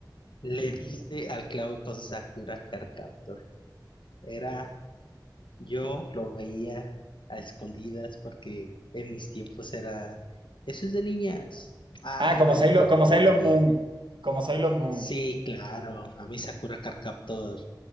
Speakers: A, on the left; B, on the right.
A: le diste al clavo con Sakura Card Captor. Era, yo lo veía a escondidas porque en mis tiempos era, eso es de niñas. Ah,
B: Ah, como
A: no
B: Sailor,
A: importa,
B: como Sailor
A: ya lo veo.
B: Moon, como Sailor Moon,
A: Sí, claro, a mí Sakura Card Captor